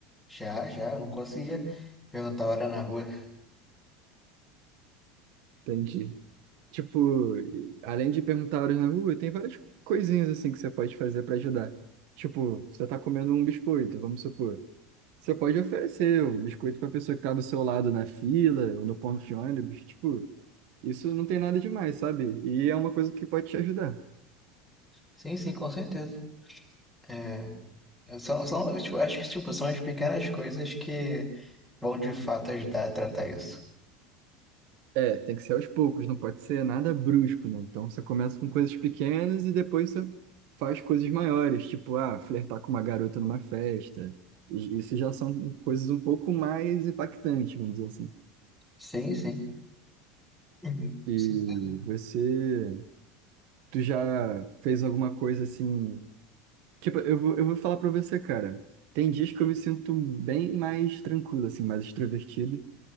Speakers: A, in the centre; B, on the right.
A: Já, já, eu não conseguia perguntar a hora na rua.
B: Entendi. Tipo, e- além de perguntar horas na rua, tem várias coisinhas assim que você pode fazer pra ajudar. Tipo, você tá comendo um biscoito, vamos supor. Você pode oferecer o biscoito pra pessoa que tá do seu lado na fila ou no ponto de ônibus. Tipo, isso não tem nada demais, sabe? E é uma coisa que pode te ajudar.
A: Sim, sim, com certeza. É, São, são, tipo, acho que tipo, são as pequenas coisas que vão de fato ajudar a tratar isso.
B: É, tem que ser aos poucos, não pode ser nada brusco, não. Então você começa com coisas pequenas e depois você faz coisas maiores, tipo, ah, flertar com uma garota numa festa. I- Isso já são coisas um pouco mais impactantes, vamos dizer assim.
A: Sim, sim. Uhum.
B: E
A: Sim, tá.
B: você, tu já fez alguma coisa assim? Tipo, eu vou, eu vou falar pra você, cara. Tem dias que eu me sinto bem mais tranquilo, assim, mais extrovertido,